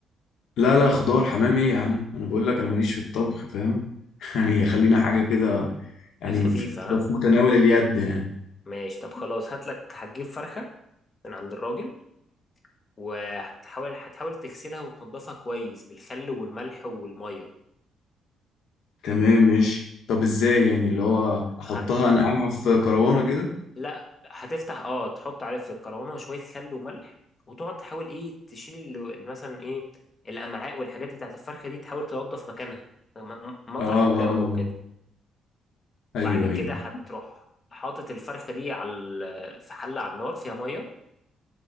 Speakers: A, on the left (about 75°); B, on the left (about 30°).
A: لا لا خضار حمام ايه يا عم انا بقول لك انا ماليش في الطبخ فاهم <laughs> يعني خلينا حاجه كده يعني
B: خفيفه
A: في- تبقى
B: ها
A: في متناول اليد يعني
B: ماشي طب خلاص هات لك هتجيب فرخه من عند الراجل وهتحاول هتحاول تغسلها وتنضفها كويس بالخل والملح والميه
A: تمام ماشي طب ازاي يعني اللي هو احطها
B: هت...
A: انقعها في كروانه كده
B: لا هتفتح اه تحط عليه في الكرونه شويه خل وملح وتقعد تحاول ايه تشيل ال- مثلا ايه الامعاء والحاجات بتاعت الفرخه دي تحاول تنضف مكانها م- م- مطرح
A: اه اه
B: الدم
A: آه.
B: وكده
A: ايوه
B: بعد كده
A: ايوه
B: هتروح حاطط الفرخة دي على ال- في حلة على النار فيها مية